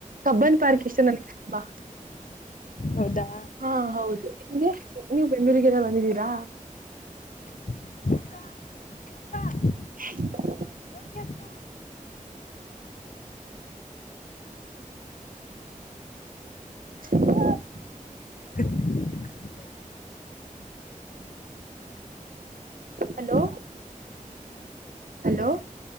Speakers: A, on the right; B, on the left.
A: ಕಬ್ಬನ್ ಪಾರ್ಕ್ ಇಷ್ಟ ನಾ.
B: ಹೌದಾ
A: ಆ ಹೌದು. ನೀವು ಬೆಂಗಳೂರಿಗೆ ಬಂದಿದೀರಾ.
B: <inaudible>
A: <inaudible>
B: <inaudible>
A: <inaudible>
B: <inaudible>
A: ಹಲೋ ಹಲೋ